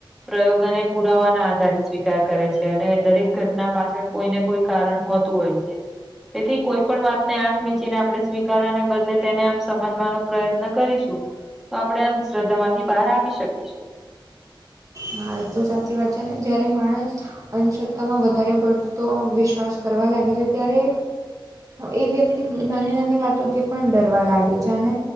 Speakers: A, in the centre; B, on the right.
A: પ્રયોગ અને પુરાવાના આધારે સ્વીકાર કરે છે અને દરેક ઘટના પાછ પણ કોઈ ને કોઈ કારણ હોતું હોય છે, તેથી કોઈ પણ વાતને આંખ વીચીને આપડે સ્વીકારવાને બદલે તેને આમ સમજવાનો પ્રયત્ન કરીશું. તો આપડે અંધશ્રદ્ધા માંથી બહાર આવી શકીશું.
B: હા એ તો સાચી વાત છે ને જયારે માણસ અંનશ્રદ્ધામાં વધારે પડતો વિશ્વાસ કરવા લાગે છે, ત્યારે એ વ્યક્તિ નાની નાની વાતોથી પણ ડરવા લાગે છે અને